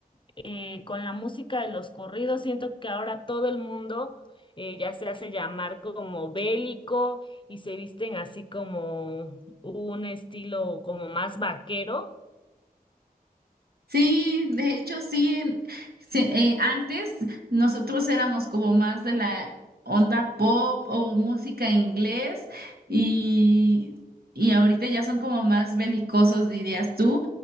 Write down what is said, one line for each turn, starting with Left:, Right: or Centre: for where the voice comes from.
Left: eh, con la música de los corridos, siento que ahora todo el mundo eh, ya se hace llamar como bélico y se visten así como un estilo como más vaquero.
Right: Sí, de hecho sí, en- sí, eh, antes nosotros éramos como más de la onda pop o música inglés y, y ahorita ya son como más belicosos, dirías tú.